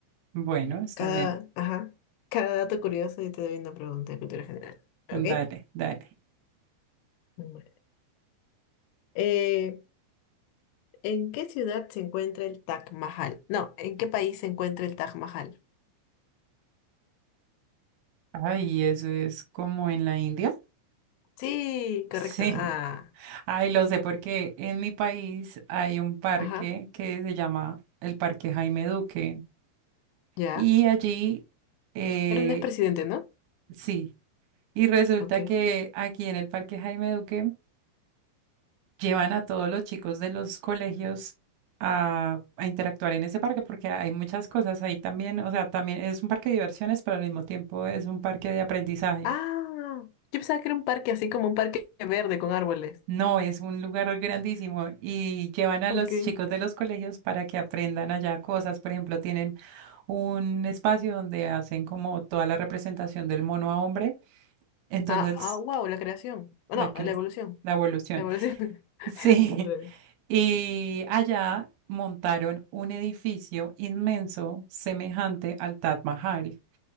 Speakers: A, on the right; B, on the left.
A: Bueno, está
B: Cada,
A: bien.
B: ajá, cada dato curioso y te doy una pregunta de cultura general. ¿Ok?
A: Dale, dale.
B: Bueno. Eh, ¿en qué ciudad se encuentra el Taj Mahal? No, ¿en qué país se encuentra el Taj Mahal?
A: Ay, eso es como en la India.
B: Sí, correcto.
A: Sí.
B: Ah,
A: Ay, lo sé porque en mi país hay un parque
B: ajá,
A: que se llama el Parque Jaime Duque.
B: ya.
A: Y allí, eh,
B: Era un expresidente, ¿no?
A: sí, y resulta
B: Ok.
A: que aquí en el Parque Jaime Duque llevan a todos los chicos de los colegios a, a interactuar en ese parque porque hay muchas cosas ahí también, o sea, también es un parque de diversiones, pero al mismo tiempo es un parque de aprendizaje.
B: Ah, yo pensaba que era un parque así como un parque verde con árboles.
A: No, es un lugar grandísimo y llevan a
B: Ok.
A: los chicos de los colegios para que aprendan allá cosas. Por ejemplo, tienen un espacio donde hacen como toda la representación del mono a hombre. Entonces
B: Ah, ah, wow, la creación. Oh,
A: La,
B: No,
A: cres-
B: la evolución.
A: la evolución.
B: La evolución. <laughs>
A: Sí.
B: El contrario.
A: <laughs> Y allá montaron un edificio inmenso semejante al Taj Mahal.